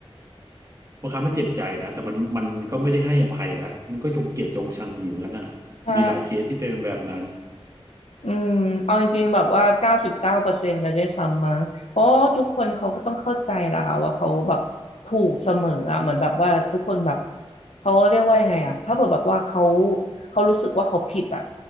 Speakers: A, on the right; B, on the left.
A: บางครั้งมันเจ็บใจนะแต่มันมันก็ไม่ได้ให้อภัยนะมันก็ยกเกียรติยงชังอยู่อย่างนั้นอ่ะ
B: ใช่
A: มีหลายเคสที่เป็นแบบนั้น
B: อืมเอาจริงๆแบบว่าเก้าสิบเก้าเปอร์เซ็นต์เลยด้วยซ้ำมั้งเพราะว่าทุกคนเขาก็ต้องเข้าใจแหละค่ะว่าเขาแบบถูกเสมออะเหมือนแบบว่าทุกคนแบบเขาเรียกว่ายังไงอะถ้าเกิดแบบว่าเขาเขารู้สึกว่าเขาผิดอะ